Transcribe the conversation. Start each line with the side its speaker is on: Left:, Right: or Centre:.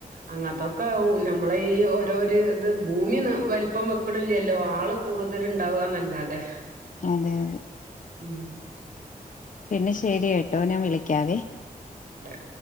Right: അങ്ങതൊക്കെ ഉ നമ്മള് ഈ ഓരോരു ഇത് ഭൂമി ഒന്ന് വലിപ്പം വെക്കണില്ലല്ലോ ആള് കൂടുതൽ ഇണ്ടാവുവാന്നല്ലാതെ.
Left: അതെ അതെ
Right: മ്
Left: പിന്നെ ശെരിയട്ട് ട്ടോ ഞാൻ വിളിക്കാവേ.
Right: ആ